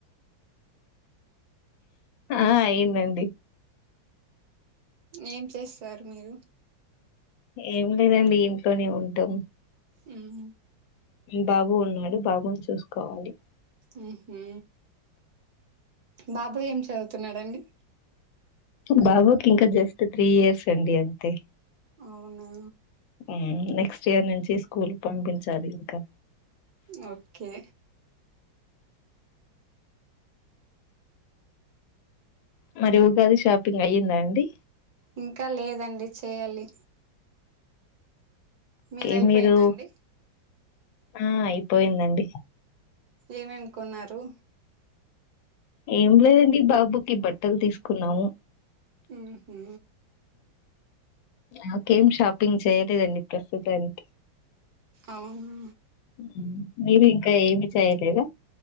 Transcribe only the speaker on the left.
ఆ అయిందండి
ఏం లేదండి ఇంట్లోనే ఉంటాం
బాబు ఉన్నాడు బాబుని చూసుకోవాలి
బాబు కి ఇంకా జస్ట్ త్రీ ఇయర్స్ అండి అంతే
మ్మ్ నెక్స్ట్ ఇయర్ నుంచి స్కూల్ పంపించాలి ఇంకా
మరి ఉగాది షాపింగ్ అయ్యిందా అండి
ఏ
మీరు
ఆ అయిపోయిందండి
ఏం లేదండి బాబుకి బట్టలు తీసుకున్నాము
నాకేం షాపింగ్ చేయలేదండి ప్రస్తుతానికి
మ్మ్. మీరు ఇంకా ఏమి చేయలేదా